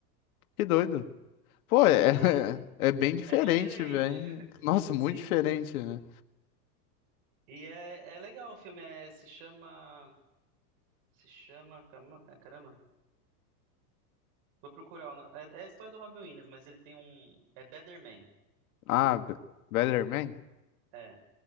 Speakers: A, on the left (about 55°); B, on the right (about 40°).
A: que doido. Pô, é,
B: E
A: <laughs> é bem diferente,
B: é diferente.
A: velho. Nossa, muito
B: Sim.
A: diferente, né?
B: E é, é legal o filme, é, se chama. Se chama. cama- é, Caramba. Vou procurar o nome. É, é a história do Robin Williams, mas ele tem um. É Better Man.
A: Ah, Be- Better Man?
B: É.